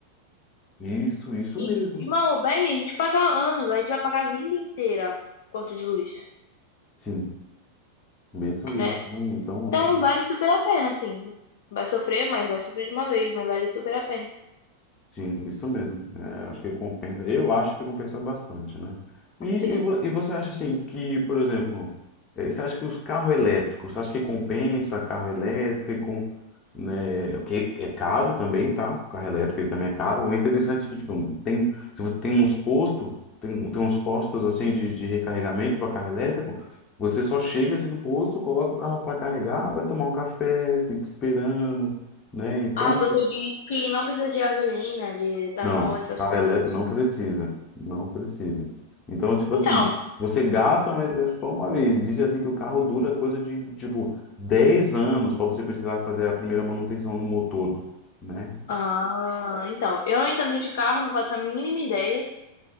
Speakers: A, on the left; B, on the left.
A: isso, isso
B: E,
A: mesmo.
B: mal ou bem, a gente paga anos, a gente vai pagar a vida inteira conta de luz,
A: Sim, bem isso mesmo.
B: né?
A: Então, então,
B: Então
A: tipo,
B: vale super a pena, assim. Vai sofrer, mas vai sofrer de uma vez, mas vale super a pena.
A: Sim, isso mesmo. É, acho que compensa. Eu acho que compensa bastante, né? E, e,
B: Sim.
A: vo- e você acha assim que, por exemplo, eh, você acha que os carros elétricos, você acha que compensa carro elétrico, né? O Que é caro também, tá? Carro elétrico ele também é caro. O interessante é que, tipo, tem, se você tem uns postos, tem, tem uns postos assim de, de recarregamento para carro elétrico, você só chega assim no posto, coloca o carro para carregar, vai tomar um café, fica esperando, né? Então.
B: Ah, você disse que não precisa de gasolina, de etanol,
A: Não,
B: essas
A: carro
B: coisas.
A: elétrico não precisa, não precisa. Então, tipo
B: Então,
A: assim, você gasta, mas é só uma vez. E dizem assim que o carro dura coisa de, tipo, 10 anos para você precisar fazer a primeira manutenção no motor, né?
B: ah, então, eu não entendo de carro, não faço a mínima ideia,